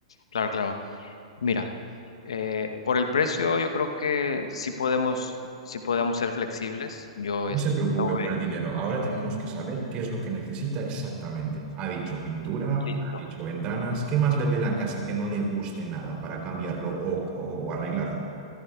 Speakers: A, on the left; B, on the right.
A: claro, claro. Mira, eh, por el precio yo creo que sí podemos, sí podemos ser flexibles. Yo
B: No
A: estuve
B: se preocupe por el dinero. Ahora tenemos que saber qué es lo que necesita exactamente. Ha dicho pintura,
A: listo.
B: ha dicho ventanas. ¿Qué más le ve la casa que no le guste nada para cambiarlo o, o- o arreglarlo?